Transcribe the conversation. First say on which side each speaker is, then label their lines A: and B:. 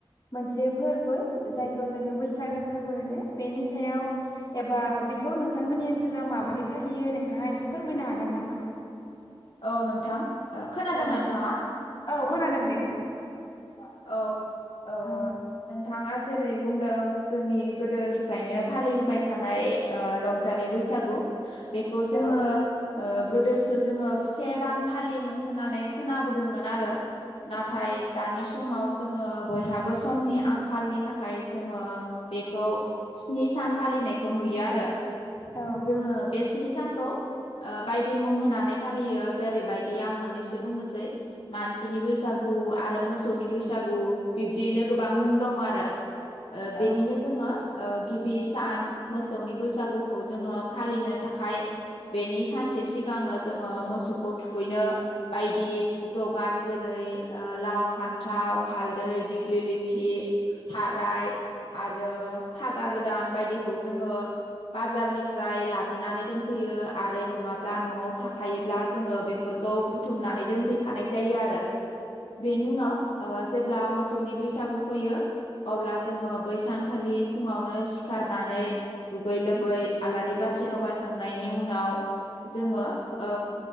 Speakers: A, on the left (about 45°); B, on the left (about 70°).
A: मोनसे फोरबो जायखौ जोङो बैसागो फोरबो होनो बेनि सायाव एबा बे खौ नोंथांमोननि ओनसोलाव माबोरै फालियो नोंथाङा एसे फोरमायनो हागोन नामा
B: औ नोंथां खोनादोंना
A: औ
B: नोंथाङा
A: औ खोनादों दे
B: <inaudible> औ ओ
A: औ
B: नोंथाङा जेरै बुंदों जोंनि गोदोनिफ्रायनो फालिबोबाय थानाय ओ रंजालि बैसागु बेखौ जोङो
A: औ
B: ओ गोदोसो जोङो से दान फालियोमोन होननानै खोनाबोदोंमोन आरो नाथाय दानि समाव जोङो बयहाबो समनि आंखालनि थाखाय जोङो बेखौ स्नि सान फालिनायखौ नुयो आरो
A: औ
B: जोङो बे स्नि सानखौ ओ बायदि मुं होनानै फालियो जेरैबायदि आं मोननैसो बुंनोसै मानसिनि बैसागु आरो मोसौनि बैसागु बिब्दियैनो गोबां मुं दङ आरो ओ
A: औ
B: बेनिनो जोङो गिबि सान मोसौनि बैसागु खौ जोङो फालिनो थाखाय बेनि सानसे सिगांनो जोङो मोसौखौ थुखैनो बायदि जगार जेरै लाव, फान्थाव, हालदै, दिग्लिलिथि थाराय आरो फागा गोदान बायदिखौ जोङो बाजारनिफ्राय लाबोनानै दोनफैयो आरो नङाब्ला न'आवनो थाखायोब्ला जोङो बेफोरखौ बुथुमनानै दोनफैखानाय जायो आरो बेनि उनाव ओ जेब्ला मोसौनि बैसागु फैयो अब्ला जोङो बै सानखालि फुङावनो सिखारनानै दुगै लोबै आलारि बाथि लगायखांनायनि उनाव जोङो ओ